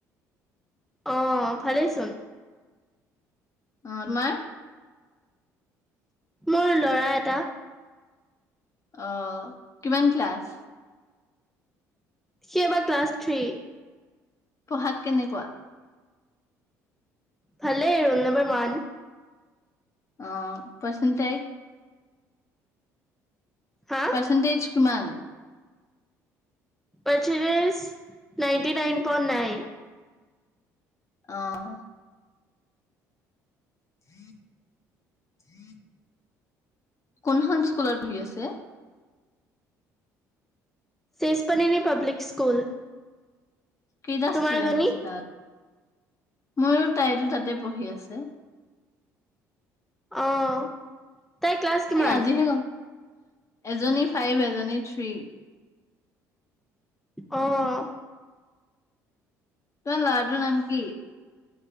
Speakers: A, in the centre; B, on the left.
A: অ ভালেইচোন
B: অঁ তোমাৰ
A: মোৰ লৰা এটা
B: অ কিমান ক্লাছ
A: সি এবাৰ ক্লাছ থ্ৰী।
B: পঢ়াত কেনেকুৱা
A: ভালেই ৰোল নম্বাৰ ওৱান
B: অ পাছেন্তিক
A: হা?
B: পাৰ্চেন্টেজ কিমান
A: percentage ninety nine point nine.
B: আহ উম উম <unintelligible> কোনখন স্কুলত পঢ়ি আছে।
A: ইছপানিক পাব্লিক স্কুল।
B: কেইটা
A: তোমাৰ
B: ষ্টুডেন্ট
A: জনী?
B: আছে তাত। ময়ো তাইতো তাতে পঢ়ি আছে।
A: আহ তাই ক্লাছ কিমান?
B: এই আজিহে গম এজনী ফাইভ এজনী থ্ৰী
A: অঁ
B: তোমাৰ ল'ৰাটো নাম কি?